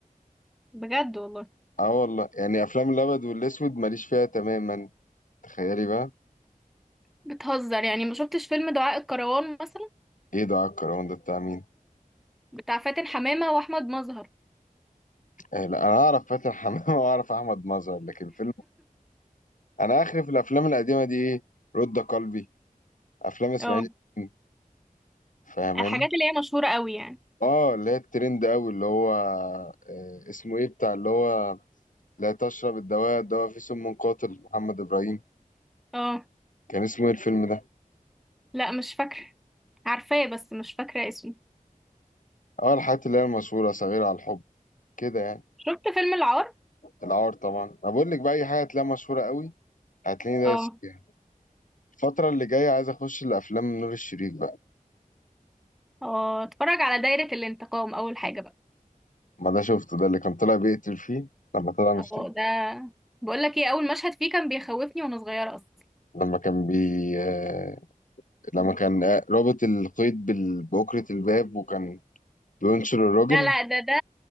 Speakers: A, in the centre; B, on the left (about 65°).
A: بجد والله
B: اه والله يعني افلام الابيض والاسود ماليش فيها تماما تخيلي بقى
A: بتهزر يعني ما شفتش فيلم دعاء الكروان مثلا
B: ايه ده الكرهون ده بتاع مين
A: بتاع فاتن حمامة واحمد مظهر
B: آه لا انا اعرف فاتن حمامه <laughs> واعرف احمد مظهر لكن فيلم انا اخري في الافلام القديمه دي ايه رد قلبي افلام اسماعيل
A: اه
B: ياسين، فاهماني
A: الحاجات اللي هي مشهورة قوي يعني
B: اه اللي هي الترند قوي اللي هو آه اسمه ايه بتاع اللي هو لا تشرب الدواء الدواء فيه سم قاتل محمد ابراهيم
A: اه
B: كان اسمه ايه الفيلم ده
A: لا مش فاكرة عارفاه بس مش فاكرة اسمه
B: اه الحاجات اللي هي المشهوره صغيره على الحب كده يعني
A: شفت فيلم العار
B: العار طبعا انا بقول لك بقى اي حاجه هتلاقيها مشهوره قوي هتلاقيني دايس
A: اه
B: فيها الفتره اللي جايه عايز اخش لافلام نور الشريف بقى
A: اه اتفرج على دايرة الانتقام اول حاجة بقى
B: ما ده شفته ده اللي كان طالع بيقتل فيه لما طلع مشتاق
A: اه ده بقولك ايه اول مشهد فيه كان بيخوفني وانا صغيرة اصلا
B: لما كان بي آه، لما كان آه، رابط القيد بال- بأكرة الباب وكان بينشر الراجل
A: لا لا ده ده